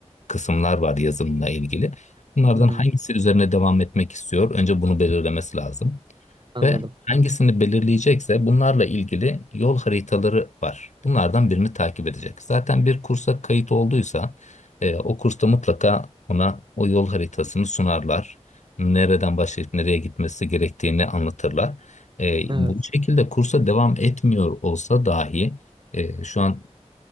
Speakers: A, on the left; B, on the right.
A: kısımlar var yazılımla ilgili. Bunlardan
B: Hı hı.
A: hangisi üzerine devam etmek istiyor? Önce bunu belirlemesi lazım.
B: Anladım.
A: Ve hangisini belirleyecekse bunlarla ilgili yol haritaları var. Bunlardan birini takip edecek. Zaten bir kursa kayıt olduysa e, o kursta mutlaka ona o yol haritasını sunarlar. Nereden başlayıp nereye gitmesi gerektiğini anlatırlar. E,
B: Evet.
A: bu şekilde kursa devam etmiyor olsa dahi e, şu an